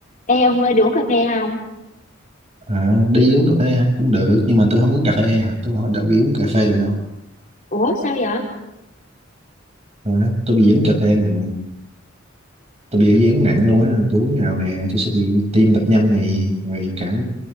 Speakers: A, on the left; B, on the right.
A: Ê ông ơi, đi uống cà phê không?
B: À, đi uống cà phê hả? Cũng được, nhưng mà tôi không uống cà phê à. Tôi hỏi đâu bị uống cà phê được đâu.
A: Ủa sao vậy?
B: À, tôi bị dính cà phê mà. Tôi bị dị ứng nặng luôn á. Tôi uống nào nè, tôi sẽ bị tim đập nhanh này, rồi cả